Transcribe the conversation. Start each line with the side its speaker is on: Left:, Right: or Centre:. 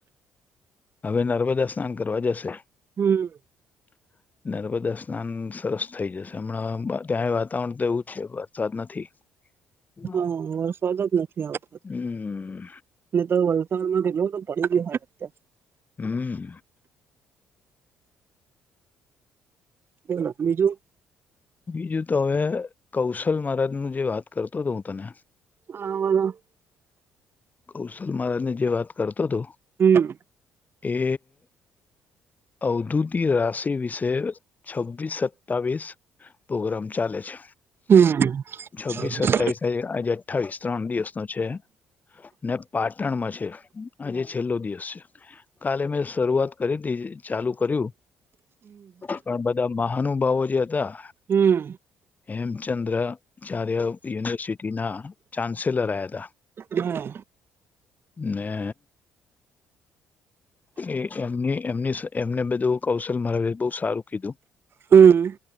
Left: હવે નર્મદા સ્નાન કરવા જશે.
Right: હમ્મ.
Left: <inaudible> નર્મદા સ્નાન સરસ થઈ જશે હમણાં ત્યાંય વાતાવરણ તો એવું જ છે વરસાદ નથી. હ
Right: હા વરસાદ જ નથી આવતો
Left: હમ્મ.
Right: ને તો વલસાડમાં કેટલો બધો પડી ગયો હોય અત્યારે
Left: હમ્મ.
Right: બોલો બીજું
Left: બીજું તો હવે કૌશલ મહારાજનું જે વાત કર તો તો હું તને
Right: <unintelligible>
Left: કૌશલ મહારાજની જે વાત કરતો હતો
Right: હમ
Left: એ અવધૂતી રાશિ વિશે છવ્વીસ સતાવીસ પોગ્રામ ચાલે છે
Right: છવ્વીસ
Left: છવ્વીસ
Right: સત્તાવીસ
Left: સતાવીસ
Right: ચાલુ
Left: આજે અઠ્ઠાવીસ ત્રણ દિવસનો છે ને પાટણમાં છે આજે છેલ્લો દિવસ છે. કાલે મેં શરૂઆત કરી હતી ચાલુ કર્યું. પણ બધા મહાનુભાવો જે હતા
Right: હમ
Left: હેમચંદ્ર. ચાર્ય યુનિવર્સિટીના ચાન્સેલર્યા હતા.
Right: હા
Left: મે. એ એમ એમ એમને બધું કૌશલ મારાવી બહુ સારું કીધું.
Right: હમ.